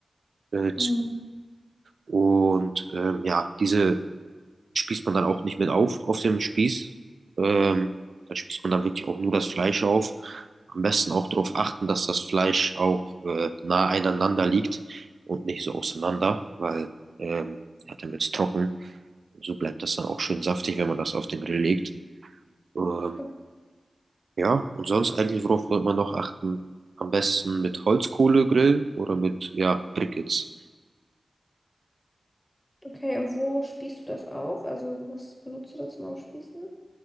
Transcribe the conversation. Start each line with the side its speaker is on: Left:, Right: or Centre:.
Right: Äh,
Left: Hm.
Right: Und ähm, ja, diese spießt man dann auch nicht mit auf, auf dem Spieß. Ähm, da spießt man dann wirklich auch nur das Fleisch auf. Am besten auch darauf achten, dass das Fleisch auch äh, nah einander liegt und nicht so auseinander, weil ähm, ja, dann wird es trocken. So bleibt das dann auch schön saftig, wenn man das auf den Grill legt. Ähm,
Left: O-
Right: Ja, und sonst eigentlich, worauf wollte man noch achten? Am besten mit Holzkohle grillen oder mit, ja, Briquettes.
Left: Okay, und wo spießt du das auf? Also, was benutzt du da zum Aufspießen?